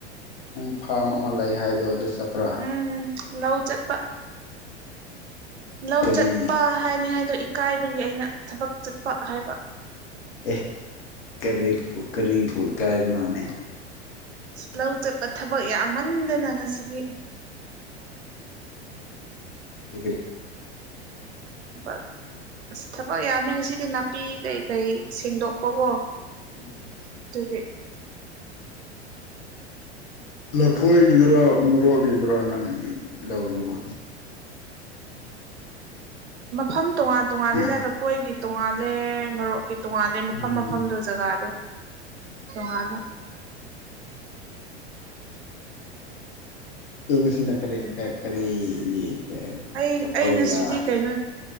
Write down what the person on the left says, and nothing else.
ꯅꯪ ꯐꯥꯝ ꯑꯃ ꯂꯩ ꯍꯥꯏꯗꯣ ꯑꯗꯨ ꯆꯠꯄ꯭ꯔꯥ
ꯀꯔꯤ
ꯑꯦ ꯀꯔꯤ ꯀꯔꯤꯕꯨ ꯏꯀꯥꯏꯕꯅꯣꯅꯦ
<unintelligible>
<unintelligible>
ꯂꯐꯣꯏꯒꯤꯗꯨꯔꯥ ꯃꯣꯔꯣꯛꯒꯤꯗꯨꯔꯥ ꯅꯪ ꯂꯧꯗꯨꯕꯨ
ꯍꯥ
ꯎꯝ
ꯎꯝ ꯑꯗꯨꯒ <unintelligible> ꯁꯤꯅ ꯀꯔꯤ
ꯀꯔꯤꯒꯤ
ꯂꯐꯣꯏꯒꯤꯔꯥ